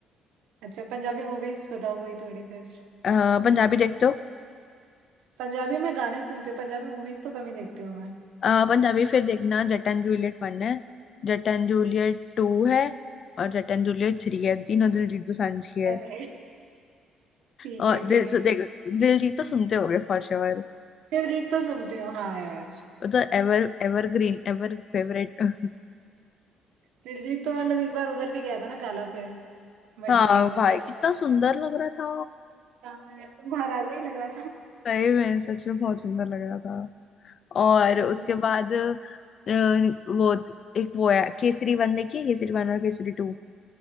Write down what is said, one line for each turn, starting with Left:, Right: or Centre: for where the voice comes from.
Right: अच्छा पंजाबी मूवीज बताओ कोई थोड़ी फिर
Left: अ, पंजाबी देखते हो
Right: पंजाबी में गाने सुनती हूँ पंजाबी मूवीज तो कम ही देखती हूँ मैं
Left: अ, पंजाबी फिर देखना जट एंड जूलियट वन है जट एंड जूलियट टू है और जट एंड जूलियट थ्री है तीनों दिलजीत दोसांझ की है
Right: अरे ठीक
Left: और
Right: है ठीक
Left: दिल सु-
Right: है चल
Left: देख दिलजीत तो सुनते होगे फॉर श्योर
Right: दिलजीत तो सुनती हूँ हाँ यार
Left: तो एवर एवरग्रीन एवर फेवरेट <laughs>
Right: दिलजीत तो मतलब इस बार उधर भी गया था ना गाला पे मेट
Left: हाँ
Right: गाला पे
Left: भाई
Right: क्या
Left: कितना सुंदर लग रहा था
Right: हाँ यार, महाराजा ही लग रहा
Left: सही में सच में बहुत सुंदर लग रहा था और
Right: था
Left: उसके बाद अ, वो एक वो है केसरी वन देखिए केसरी वन और केसरी टू